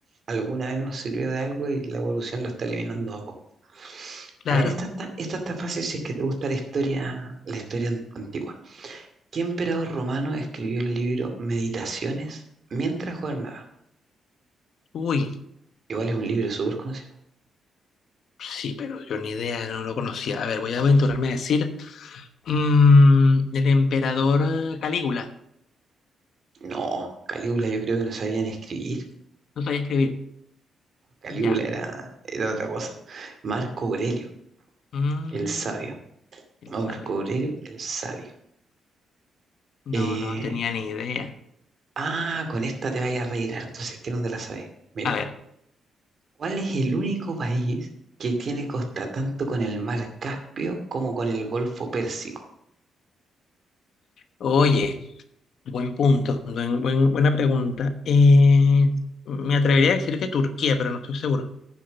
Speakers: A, on the right; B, on the left.
A: alguna vez nos sirvió de algo y la evolución lo está eliminando a poco.
B: claro.
A: A ver, esta está, esta está fácil si es que te gusta la historia, la historia an- antigua. ¿Qué emperador romano escribió el libro Meditaciones mientras gobernaba?
B: Uy,
A: Igual es un libro súper conocido.
B: sí, pero yo ni idea, no lo conocía. A ver, voy a aventurarme a decir mm, el emperador eh, Calígula.
A: No, Calígula yo creo que no sabían escribir.
B: No sabía escribir.
A: Calígula
B: Ya.
A: era, era otra cosa. Marco Aurelio,
B: Mm,
A: el sabio.
B: él
A: Marco
B: sabe.
A: Aurelio, el sabio.
B: No,
A: Eh,
B: no tenía ni idea.
A: ah, con esta te vayas a reír harto, si es que no te la sabes. Mira,
B: A ver.
A: ¿cuál es el único país que tiene costa tanto con el mar Caspio como con el Golfo Pérsico?
B: Oye, buen punto, buen- buen- buena pregunta. Eh, me atrevería a decir que Turquía, pero no estoy seguro.